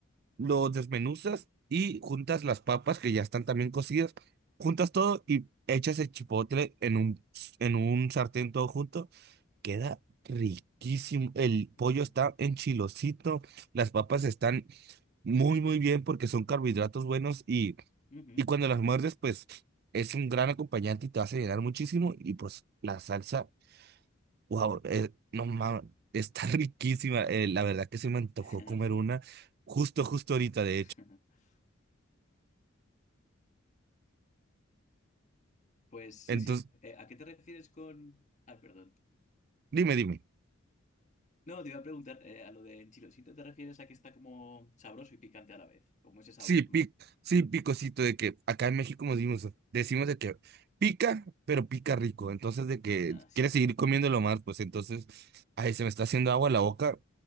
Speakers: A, on the right; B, on the left.
A: lo desmenuzas y juntas las papas que ya están también cocidas, juntas todo y echas el chipotle en un, en un sartén todo junto. Queda riquísimo. El pollo
B: ujú,
A: está enchilosito, las papas están muy, muy bien porque son carbohidratos buenos y,
B: ujú.
A: y cuando las muerdes, pues es un gran acompañante y te vas a llenar muchísimo. Y pues la salsa, wow, eh, no mames, está <laughs> riquísima. Eh, la verdad que se me antojó
B: <laughs>
A: comer
B: Sí.
A: una justo, justo ahorita, de
B: <laughs>
A: hecho.
B: Pues
A: Entonces,
B: sí, sí. Eh, ¿a qué te refieres con...? Ah, perdón.
A: dime, dime.
B: No, te iba a preguntar, eh, a lo de enchilosito te refieres a que está como sabroso y picante a la vez, como ese sabor,
A: Sí, pic,
B: ¿no?
A: sí, picosito de que acá en México nos dimos- decimos de que pica, pero pica rico. Entonces, de que
B: Ah, sí.
A: quieres seguir comiéndolo más, pues entonces, ay, se me está haciendo agua la boca.